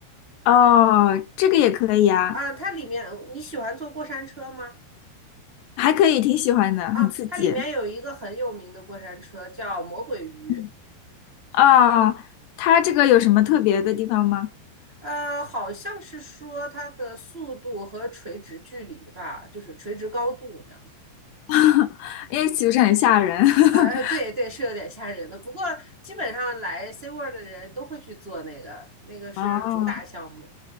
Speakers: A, on the left; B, on the right.
A: 哦，这个也可以啊，
B: 啊，它里面你喜欢坐过山车吗？
A: 还可以，挺喜欢的，
B: 啊，
A: 很刺激。
B: 它里面有一个很有名的过山车叫魔鬼鱼，
A: 嗯，哦，它这个有什么特别的地方吗？
B: 呃，好像是说它的速度和垂直距离吧，就是垂直高度那样子。
A: <laughs> 因为岂不是很吓人？<laughs>
B: 呃，呃对对，是有点吓人的。不过基本上来 C w o r l d 的人都会去做那个，那个是主打项目。
A: 哦，